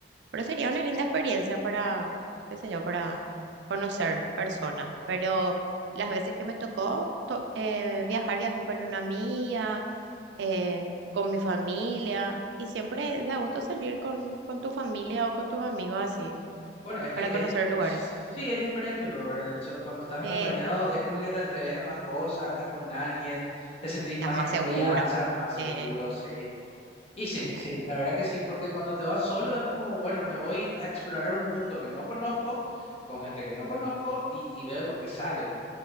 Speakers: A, on the right (about 75°); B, on the left (about 35°).
A: pero sería una linda experiencia para, qué sé yo, para conocer personas. Pero las veces que me tocó to- eh, viajar, viajé con una amiga, eh, con mi familia, y siempre da gusto salir con, con tu familia o con tus amigos así,
B: Bueno, es que
A: para conocer
B: es-
A: lugares.
B: sí es diferente, lo verdad. De hecho, cuando estás acompañado
A: Sí,
B: es como que te atreves a más cosas, estás con alguien, te sentís
A: estás
B: más
A: más
B: en confianza,
A: segura.
B: más seguro,
A: Sí,
B: sí. Y sí,
A: ajá,
B: sí, la verdad que sí, porque cuando te vas solo es como, bueno, me voy a explorar un mundo que no conozco, con gente que no conozco y, y veo lo que sale.